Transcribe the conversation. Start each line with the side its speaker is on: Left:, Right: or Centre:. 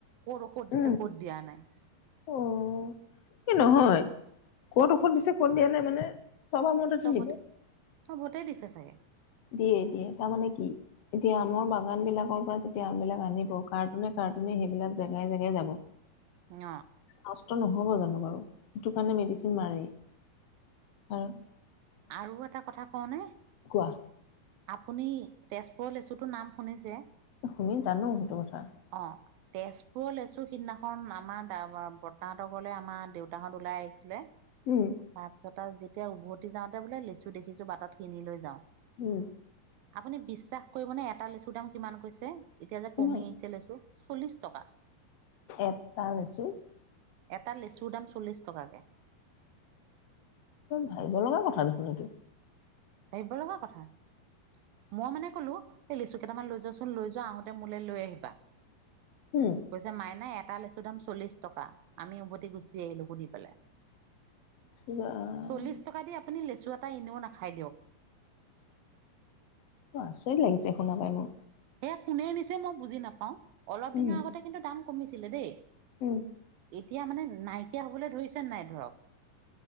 Right: ক'ত ঔষধ
Left: উম
Right: দিছে ক'ত দিয়া নাই।
Left: অ'। এই নহয় কত ঔষধ দিছে কত দিয়া নাই মানে চব
Right: চবতে
Left: <unintelligible>
Right: চবতে দিছে চাগে
Left: দিয়ে দিয়ে তাৰমানে কি এতিয়া আমৰ ব বাগানবিলাকৰ পৰা যেতিয়া আনবিলাক আনিব কাৰ্টুনে কাৰ্টুনে সেইবিলাক জেগাই জেগাই যাব।
Right: ন
Left: নষ্ট নহ'ব জানো বাৰু সেইটো কাৰণে মেডিচিন মাৰেই আৰু
Right: আৰু এটা কথা কওঁনে?
Left: কোৱা
Right: আপুনি তেজপুৰৰ লেচুটোৰ নাম শুনিছে?
Left: তুমি জানো সেইটো কথা।
Right: অ', তেজপুৰৰ লেচু সিদিনাখন আমাৰ বৰ্তাহঁতৰ ঘৰলে আমাৰ দেউতাহঁত ওলাই আহিছিলে। তাৰ
Left: উম
Right: পিছত আৰু যেতিয়া উভতি যাওঁতে বোলে লেচু দেখিছো বাটত কিনি লৈ যাওঁ।
Left: উম।
Right: আপুনি বিশ্বাস কৰিবনেেএটা লেচুৰ দাম কিমান কৈছে এতিয়া যে
Left: কিমান
Right: কমি আহিছে লেচু চল্লিছ টকা
Left: একটা হৈছো
Right: এটা লিচুৰ দাম চল্লিছ টকাকে।
Left: ভাবিব লগা কথা দেখুন তো
Right: <unintelligible> মই মানে কলো লেচু কেইটামান লৈ যোৱাচোন লৈ যোৱা আহোতে মোলৈ লৈ আহিবা
Left: উম
Right: কৈছো মাই নাই এটা লৈছো দম চল্লিশ টকা আমি উভতি গুচি আহিলো সুধি পেলাই
Left: ইৰ্চিৰাম!
Right: চল্লিশ <unintelligible>
Left: আচৰিত লাগিছে শুনা পাই মোৰ।
Right: সেয়া কোনে নিছে মই বুজি নাপাওঁ। অলপ
Left: উম
Right: দিনৰ আগতে কিন্তু দাম কমিছিলে দেই।
Left: উম।
Right: এতিয়া মানে নাইকিয়া হবলৈ ধৰিছেনে নাই ধৰক